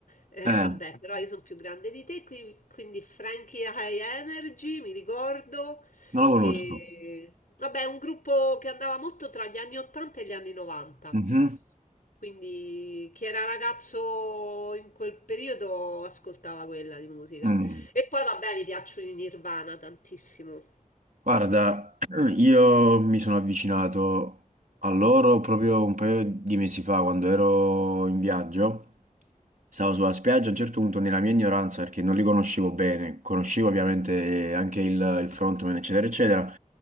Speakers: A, on the left; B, on the right.
A: eh,
B: Eh,
A: vabbè, però io sono più grande di te, qui- quindi Frankie High Energy, mi ricordo
B: non lo
A: che,
B: conosco.
A: vabbè, è un gruppo che andava molto tra gli anni 80 e gli anni 90.
B: Mhm.
A: Quindi chi era ragazzo in quel periodo ascoltava quella di musica.
B: Mm.
A: E poi vabbè, mi piacciono i Nirvana tantissimo.
B: Guarda, <clears throat> io mi sono avvicinato a loro proprio un paio di mesi fa quando ero in viaggio. Stavo sulla spiaggia, a un certo punto nella mia ignoranza, perché non li conoscevo bene, conoscevo ovviamente anche il, il frontman, eccetera, eccetera,